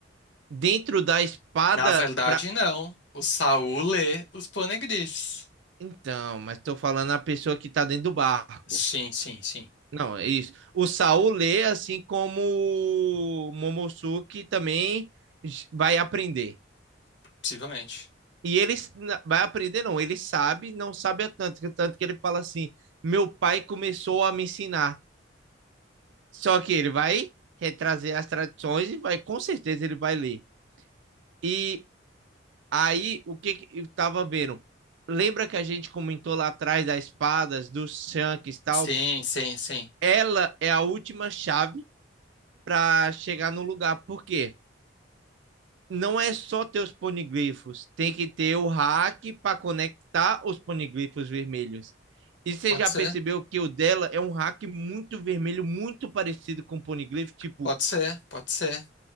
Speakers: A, on the right; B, on the left.
A: dentro da espada
B: Na verdade,
A: pra...
B: não. O Saul lê os Poneglyphs.
A: Então, mas tô falando a pessoa que tá dentro do barco.
B: Sim, sim, sim.
A: Não, é isso. O Saul lê, assim como o Momosuke também j- vai aprender.
B: Possivelmente.
A: E ele s- na- vai aprender, não. Ele sabe, não sabe a tanto, que- tanto que ele fala assim: meu pai começou a me ensinar. Só que ele vai retrazer as tradições e vai, com certeza, ele vai ler. E aí, o que, que eu tava vendo? Lembra que a gente comentou lá atrás das espadas, dos shanks e tal?
B: Sim, sim, sim.
A: Ela é a última chave para chegar no lugar. Por quê? Não é só ter os poniglifos, tem que ter o hack para conectar os poniglifos vermelhos. E você
B: Pode
A: já
B: ser,
A: percebeu que o dela é um hack muito vermelho, muito parecido com o poniglifo, tipo
B: pode ser, pode ser.